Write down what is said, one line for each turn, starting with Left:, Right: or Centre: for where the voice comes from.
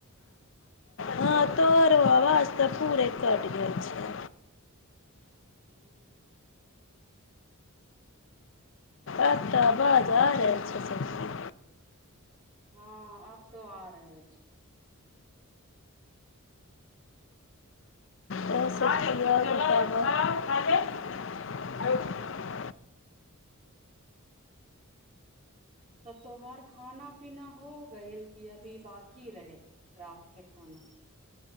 Left: हँ तोहरो आवाज तऽ पूरे कट गेल छै
Right: ह्म <unintelligible>
Left: अ त बाद <unintelligible> जा रहल छै सबी
Right: हँ आब तो आ रहल छै
Left: <inaudible>
Right: तऽ तोहार खाना पीना हो गल कि अभी बाकी रहै रात के खाना